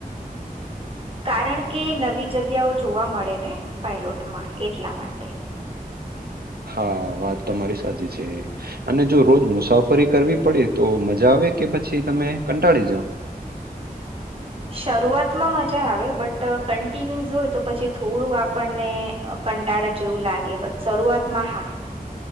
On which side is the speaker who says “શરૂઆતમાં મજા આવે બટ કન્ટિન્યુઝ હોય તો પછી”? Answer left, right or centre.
Right